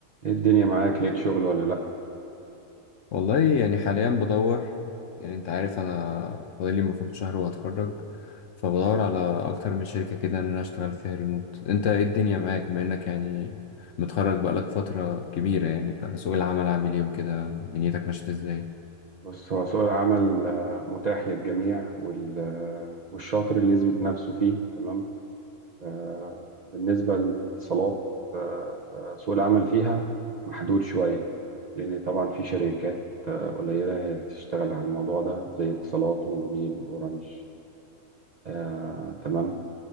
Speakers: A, on the right (about 50°); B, on the left (about 65°).
A: ايه الدنيا معاك لقيت شغل ولا لأ
B: والله يعني حاليا بدور يعني انت عارف انا فاضلي المفروض شهر وهتخرج فبدور على اكتر من شركة كده ان انا اشتغل فيها ريموت انت ايه الدنيا معاك بما انك يعني متخرج بقالك فترة كبيرة يعني فسوق العمل عامل ايه وكده دنيتك ماشية ازاي
A: بص هو سوق العمل آه، متاح للجميع وال- آه، والشاطر اللي يثبت نفسه فيه تمام آه، بالنسبة للاتصالات آه، فسوق العمل فيها محدود شوية لأن طبعا في شركات قليلة هي اللي تشتغل على الموضوع ده زي اتصالات وموبينيل أورنج آه، تمام